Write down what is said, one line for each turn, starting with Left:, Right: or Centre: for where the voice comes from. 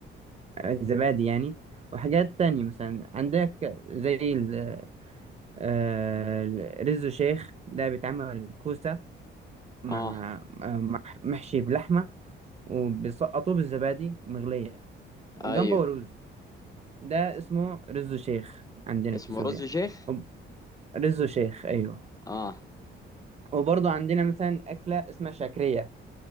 Right: آه زبادي يعني وحاجات تانية مثلا عندك زي ال- آه، رز شيخ ده بيتعمل كوسة مع
Left: آه
Right: مع- محشي بلحمة وبيسقطوه بالزبادي مغلية جنبه
Left: أيوه
Right: رز ده اسمه رز شيخ عندنا
Left: اسمه
Right: في سوريا
Left: رز شيخ
Right: وب- رز شيخ أيوه
Left: آه
Right: وبرضه عندنا مثلا أكلة اسمها شعكرية